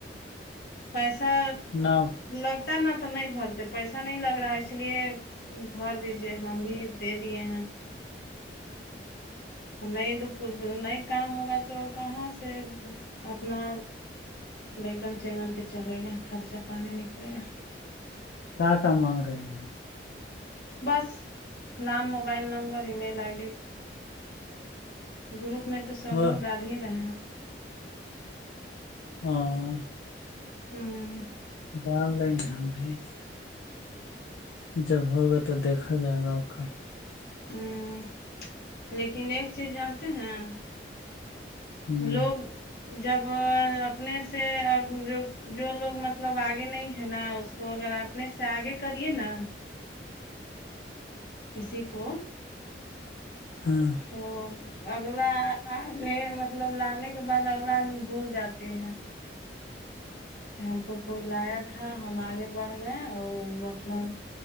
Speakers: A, on the left; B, on the left.
A: پیسہ
B: نہ
A: لگتا نا تو نہیں بھرتے پیسہ نہیں لگ رہا ہے اس لیے بھر دیجیے ہم بھی دے دیے ہیں نہیں نہیں کام ہوگا تو کہاں سے اپنا لگن چگن کے چلے گا خرچہ پانی نکلے گا
B: کہاں کہاں مانگ رہے ہیں
A: بس نام mobile number email I D group میں تو سب
B: وہ
A: لوگ ڈال ہی رہے
B: ہاں
A: ہوں
B: ڈال دیں گے ہماں بھیائی جب ہوگا تو دیکھا جائے گا آ کا
A: ہوں لیکن ایک چیز جانتے ہیں
B: ہ
A: لوگ جب اپنے سے جو جو لوگ مطلب آگے نہیں ہے نا اس کو اگر آنے سے آگے کریے نا کسی کو
B: ہاں
A: تو اگلا آگے مطلب لانے کے بعد اگلا آدمی بھول جاتی ہے ہم کو کوئی لایا تھا ہم آگے بڑھ گئے اور مطلب